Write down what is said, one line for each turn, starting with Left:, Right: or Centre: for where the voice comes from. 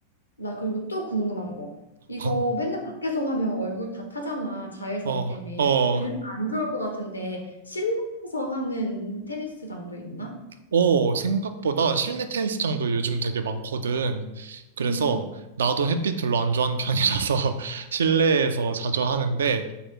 Left: 나 그리고 또 궁금한 거. 이거
Right: 어,
Left: 맨날 밖에서 하면 얼굴 다 타잖아. 자외선
Right: 어,
Left: 때문에.
Right: 어,
Left: <laughs> 안 좋을 것 같은데 실내에서 하는 테니스장도 있나?
Right: 오, 생각보다 실내 테니스장도 요즘 되게 많거든. 그래서
Left: 음.
Right: 나도 햇빛 별로 안 좋아하는 편이라서 <laughs> 실내에서 자주 하는데